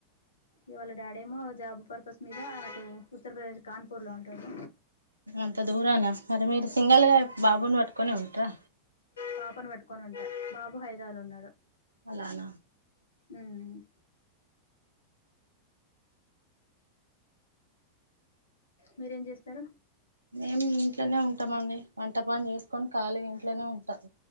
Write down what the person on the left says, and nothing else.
ఇవాళ డాడేమో జాబ్ పర్పస్ మీద అటు ఉత్తరప్రదేశ్ కాన్పూర్ లో ఉంటాడు
పాపని పట్టుకొని ఉంటా బాబు హైదరాబాద్ లో ఉన్నాడు
ఉమ్ మీరేం చేస్తరు